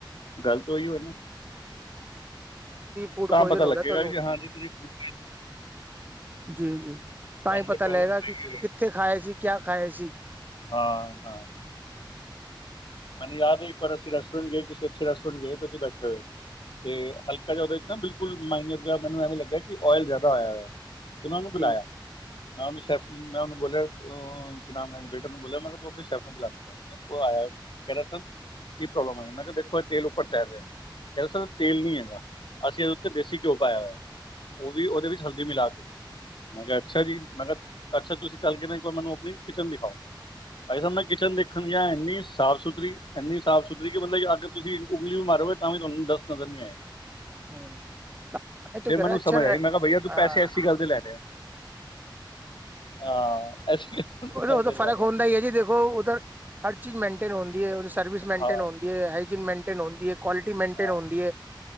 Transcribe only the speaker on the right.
ਫੂਡ
ਪੁਆਇਜ਼ਨ
ਹੋ
ਗਿਆ ਤੁਹਾਨੂੰ
ਜੀ- ਜੀ
ਤਾਂ ਹੀ ਪਤਾ
ਲਗੇਗਾ
ਕਿ
ਕਿੱਥੇ ਖਾਏ ਸੀ ਕਿਆ ਖਾਏ ਸੀ।
ਜੀ
ਹਮ <unintelligible>
ਉਦੋਂ ਫ਼ਰਕ
ਹੁੰਦਾ ਹੀ ਹੈ ਜੀ ਦੇਖੋ ਉਧਰ ਹਰ ਚੀਜ਼ ਮੈਂਟੇਨ ਹੂੰਦੀ ਹੈ ਉਹਦੀ ਸਰਵਿਸ ਮੈਂਟੇਨ
ਹੂੰਦੀ ਹੈ ਹਾਈਜੀਨ ਮੈਂਟੇਨ ਹੁੰਦੀ ਹੈ ਕੁਆਲਿਟੀ ਮਨਟੇਨ
ਹੂੰਦੀ ਹੈ।